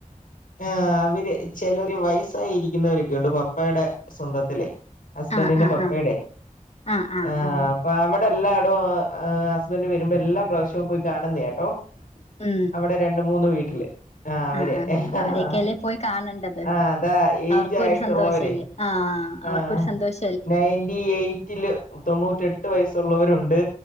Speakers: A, on the left; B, on the left.
A: ആഹ് അവര് ചിലര് വയസ്സായി ഇരിക്കുന്നവരൊക്കെണ്ട് പപ്പയുടെ സ്വന്തത്തിലെ ഹസ്ബൻറിന്റെ
B: ആഹ് ആഹ്
A: പപ്പയുടെ
B: ആഹ് ആഹ് ആഹ്
A: ആ
B: ആഹ്
A: അപ്പ അവിടെ അവിടെ എല്ലാടും ഹസ്ബൻ്റ് വരുമ്പോ എല്ലാ പ്രാവശ്യവും പോയി കാണുന്നത കേട്ടോ
B: ഉം
A: അവിടെ രണ്ട് മൂന്ന് വീട്ടില് ആഹ് അവര്
B: ആ ആ
A: ആഹ്
B: അവരൊക്കെയല്ലേ പോയി കാണണ്ടത്
A: അതാ ഏജ്
B: അവർക്കും
A: ആയിട്ടുള്ളവരെ
B: ഒരു സന്തോഷല്ലേ ആഹ് അവർക്കൊരു
A: ആഹ്
B: സന്തോഷം
A: നയന്റി എയ്റ്റില് തൊണ്ണൂറ്റെട്ട് വയസ്സുള്ളവരുണ്ട്